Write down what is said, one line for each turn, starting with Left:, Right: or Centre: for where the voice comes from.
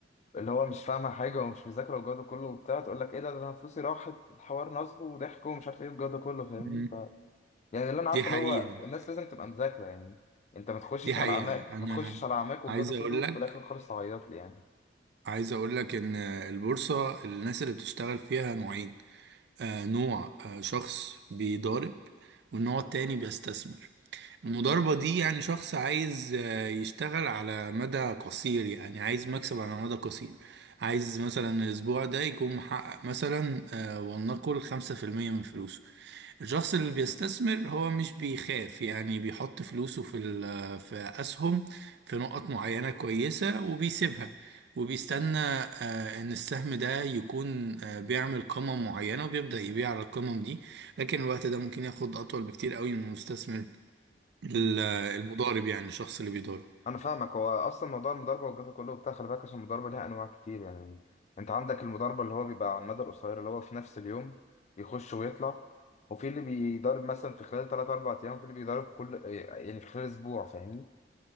Left: اللي هو مش فاهمه حاجه ومش مذاكره والجو ده كله وبتاع تقول لك ايه ده ده انا فلوسي راحت الحوار نصب وضحك ومش عارف ايه والجو ده كله فاهمني
Right: مم.
Left: ف يعني اللي انا عارفه
Right: دي حقيقة
Left: اللي هو الناس لازم تبقى مذاكره يعني انت ما تخشش
Right: دي حقيقة
Left: على عماك
Right: أنا
Left: ما تخشش على عماك والجو
Right: عايز
Left: ده كله
Right: أقول لك
Left: في الاخر خالص تعيط لي يعني
Right: عايز اقول لك ان البورصة الناس اللي بتشتغل فيها نوعين آه نوع آه شخص بيضارب والنوع التاني بيستثمر المضاربة دي يعني شخص عايز آه يشتغل على مدى قصير يعني عايز مكسب على مدى قصير عايز مثلا الاسبوع ده يكون محقق مثلا آه ولنقل خمسة في المية من فلوسه الشخص اللي بيستثمر هو مش بيخاف يعني بيحط فلوسه في ال- في أسهم في نقط معينة كويسة وبيسيبها وبيستنى آه، إن السهم ده يكون آه، بيعمل قمة معينة وبيبدأ يبيع على القمم دي لكن الوقت ده ممكن ياخد أطول بكتير قوي من المستثمر ال-
Left: مم.
Right: المضارب يعني الشخص اللي بيضارب
Left: انا فاهمك هو اصلا موضوع المضاربه والجزء كله بتاع خلي بالك عشان المضاربه ليها انواع كتير يعني انت عندك المضاربه اللي هو بيبقى على المدى القصير اللي هو في نفس اليوم يخش ويطلع وفي اللي بيضارب مثلا في خلال 3 4 ايام في اللي بيضارب كل يعني في خلال اسبوع فاهمني